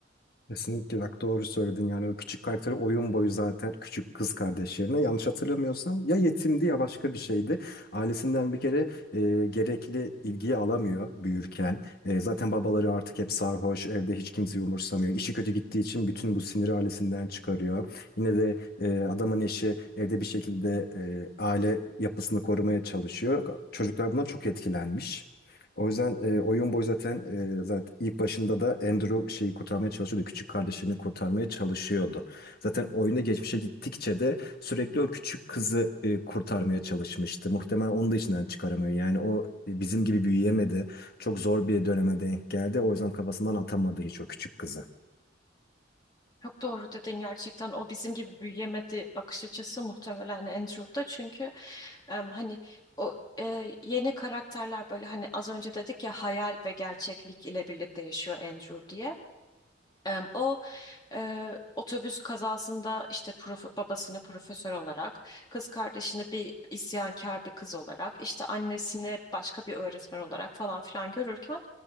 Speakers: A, on the left; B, on the left.
A: Kesinlikle bak doğru söyledin yani o küçük karakteri oyun boyu zaten küçük kız kardeş yerine yanlış hatırlamıyorsam ya yetimdi ya başka bir şeydi. Ailesinden bir kere e, gerekli ilgiyi alamıyor büyürken. E, zaten babaları artık hep sarhoş evde hiç kimseyi umursamıyor. İşi kötü gittiği için bütün bu siniri ailesinden çıkarıyor. Yine de e, adamın eşi evde bir şekilde e, aile yapısını korumaya çalışıyor. Çocuklar bundan çok etkilenmiş. O yüzden e, oyun boyu zaten e, zaten ilk başında da Andrew şeyi kurtarmaya çalışıyordu. Küçük kardeşini kurtarmaya çalışıyordu. Zaten oyunda geçmişe gittikçe de sürekli o küçük kızı e, kurtarmaya çalışmıştı. Muhtemelen onu da içinden çıkaramıyor. Yani o e, bizim gibi büyüyemedi. Çok zor bir döneme denk geldi. O yüzden kafasından atamadı hiç o küçük kızı.
B: Çok doğru dedin gerçekten o bizim gibi büyüyemedi bakış açısı muhtemelen Andrew'da çünkü em, hani o e, yeni karakterler böyle hani az önce dedik ya hayal ve gerçeklik ile birlikte yaşıyor Andrew diye. Em, O e, otobüs kazasında işte prof- babasını profesör olarak, kız kardeşini bir isyankar bir kız olarak, işte annesini başka bir öğretmen olarak falan filan görürken